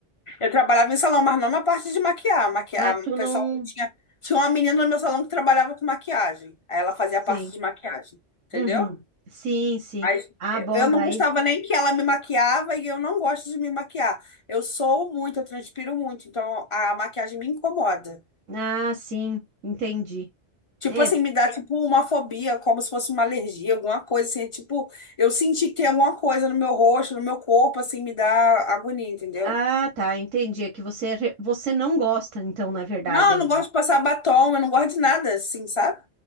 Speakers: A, on the left; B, on the right.
A: Eu trabalhava em salão, mas não na parte de maquiar. Maquiar,
B: Ah, tu
A: o pessoal
B: não.
A: tinha, tinha uma menina no meu salão que trabalhava com maquiagem. Aí ela fazia
B: Sim.
A: a parte de maquiagem, entendeu?
B: Uhum. Sim, sim.
A: Mas
B: Ah,
A: eu
B: bom,
A: eu
B: daí.
A: não gostava nem que ela me maquiava e eu não gosto de me maquiar. Eu sou muito, eu transpiro muito, então a maquiagem me incomoda.
B: Ah, sim, entendi.
A: Tipo
B: É,
A: assim, me dá tipo uma fobia, como se fosse uma alergia, alguma coisa assim. É Tipo, eu senti que tem alguma coisa no meu rosto, no meu corpo, assim, me dá agonia, entendeu?
B: Ah, tá, entendi. É que você, re- você não gosta, então, na verdade.
A: Não, eu não
B: né?
A: gosto de passar batom, eu não gosto de nada, assim, sabe?